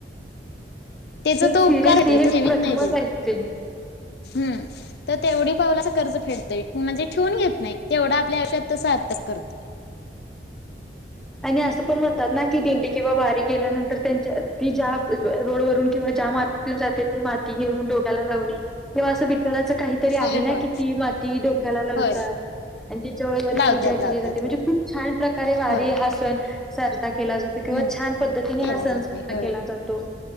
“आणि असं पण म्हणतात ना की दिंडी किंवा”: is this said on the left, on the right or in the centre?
Centre